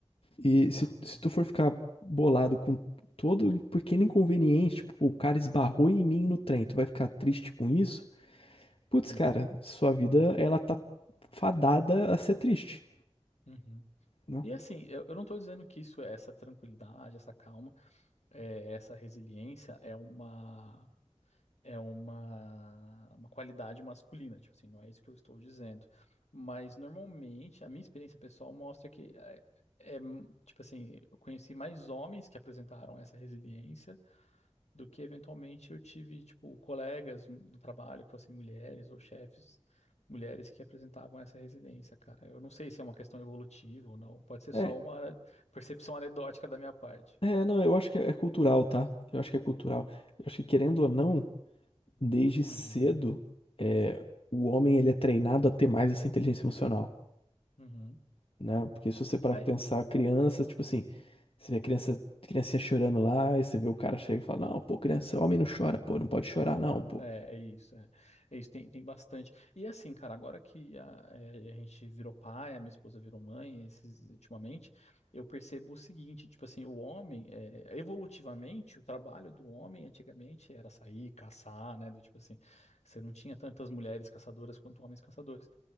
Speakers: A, on the left; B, on the left.
A: E
B: Exato.
A: se, se tu for ficar bolado com todo pequeno inconveniente, tipo, pô, o cara esbarrou em mim no trem, tu vai ficar triste com isso? Putz,
B: Uhum,
A: cara, sua vida, ela tá fadada a ser triste,
B: uhum.
A: né?
B: E assim, eu, eu não tô dizendo que isso é essa tranquilidade, essa calma, é, essa resiliência é uma é uma, uma qualidade masculina, tipo assim, não é isso que eu estou dizendo. Mas normalmente, a minha experiência pessoal mostra que é, é, tipo assim, eu conheci mais homens que apresentaram essa resiliência do que eventualmente eu tive, tipo, colegas do trabalho que fossem mulheres ou chefes. Mulheres que apresentavam essa resiliência, cara. Eu não sei se é uma questão evolutiva ou não. Pode ser
A: É,
B: só uma percepção anedótica da minha parte.
A: é, não, eu acho que é cultural, tá? Eu acho que é cultural. Eu acho que, querendo ou não, desde cedo,
B: Uhum,
A: é, o homem, ele é treinado a ter mais essa inteligência emocional.
B: uhum.
A: né? Porque se você parar
B: Aí,
A: pra pensar, criança, tipo assim, você vê a criança, criança chorando lá, e você vê o cara chega e fala, não, pô, criança, homem não chora, pô, não pode chorar,
B: Aham,
A: não, pô.
B: é, é isso, é, É isso, tem, tem bastante. E assim, cara, agora que a, é, a gente virou pai, a minha esposa virou mãe, esses, ultimamente, eu percebo o seguinte, tipo assim, o homem, é, evolutivamente, o trabalho do homem antigamente era sair, caçar, né, do tipo assim, você não tinha tantas mulheres caçadoras quanto homens caçadores.